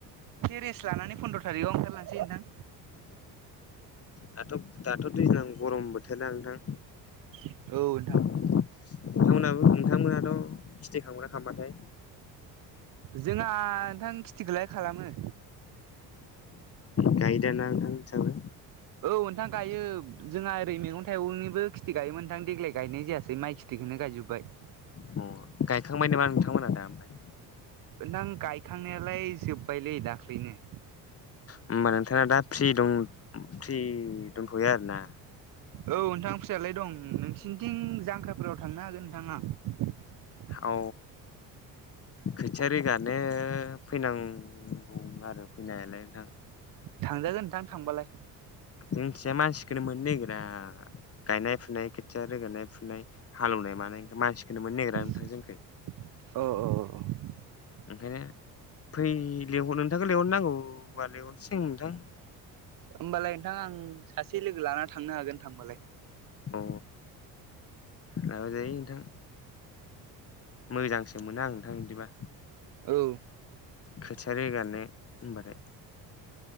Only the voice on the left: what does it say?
दाथ' दाथ' दैज्लां गरम बो थोर ना नोंथां
नोंथांमोनाबो। नोंथांमोनहाथ' खिथि खालामो ना खालामाथाय।
गायदो ना नोंथां नोंसाबो।
अ गायखांबाय नामा नोंथांमोना दा ओमफ्राय।
होमबा नोंथाङा दा फ्रि दं फ्रि दंथ'यो आरो ना।
औ खोथिया रोगा नो फैनांगौमोन आरो फैनायालाय नोंथां।
जोंथिजा मानसिखोनो मोननो नागिरा। गायनाय फुनाय खोथिया रोगोनाय फुनाय हालेवनाय मानाय मानसिखोनो मोननो नागिरा। नोंथां
जोंखै
ओंखायनो फै लेंंहरनो नोंथांखौ लेंंहरनांगौबा लिंहरनोसै नोंथां
अ लाबाय जायो नोंथां। मोजांसो मोनो आं नोंथां बिदिबा।
खोथिया रोगानो होनबाथाय।